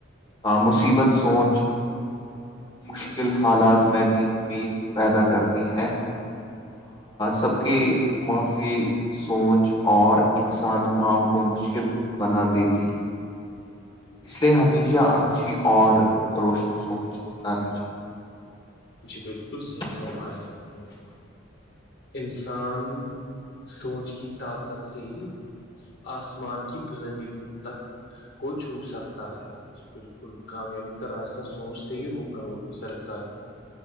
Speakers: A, on the left; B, on the left.
A: مصیبت سوچ مشکل حالات میں بھی امید پیدا کرتی ہے سب کی معافی سوچ اور انسان کام کو مشکل بنا دیتی ہے اس لیے ہمیشہ اچھی اور روشن سوچ اپنانی چاہیے
B: جی بالکل صحیح فرمایا
A: چاہیے
B: ہے نے انسان سوچ کی طاقت سے ہی آسمان کی بلندی تک کو چھو سکتا ہے بالکل کامیابی کا راستہ سوچتے ہی ہو کر وہ گزرتا ہے